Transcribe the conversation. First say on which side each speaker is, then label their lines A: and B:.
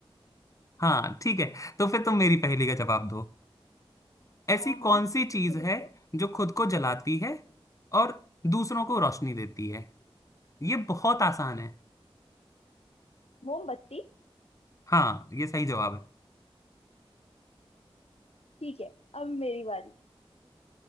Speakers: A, on the left; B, on the left.
A: हाँ ठीक है तो फिर तुम मेरी पहेली का जवाब दो ऐसी
B: हाँ हाँ
A: कौन सी चीज
B: पूछो पूछो
A: है जो खुद को जलाती है और दूसरों को रोशनी देती है ये बहुत आसान है
B: मोमबत्ती
A: हाँ ये सही जवाब है
B: ठीक है अब मेरी बारी